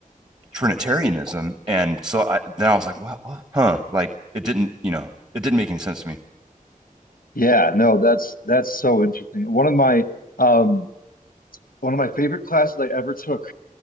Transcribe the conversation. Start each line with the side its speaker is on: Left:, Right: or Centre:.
Right: Trinitarianism, and so I, then I was like, wow, huh? Like it didn't, you know, it didn't make any sense to me.
Left: Yeah, no, that's that's so interesting. One of my um one of my favorite classes I ever took